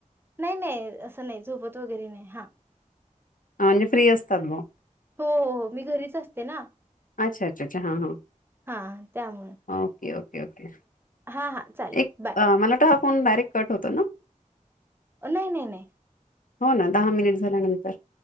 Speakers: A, on the right; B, on the left.
A: नाही नाही असं नाही झोपत वगैरे नाही हां.
B: म्हणजे फ्री असतात बा
A: हो, हो, हो मी घरीच असते ना.
B: अच्छा अच्छा अच्छा हां हां
A: हां, त्यामुळे.
B: ओके ओके ओके
A: हां, हां चालेल
B: एक
A: बाय.
B: मला वाटतं हा फोन डायरेक् कट होतो ना?
A: नाही नाही नाही
B: हो ना दहा मिनिट झाल्यानंतर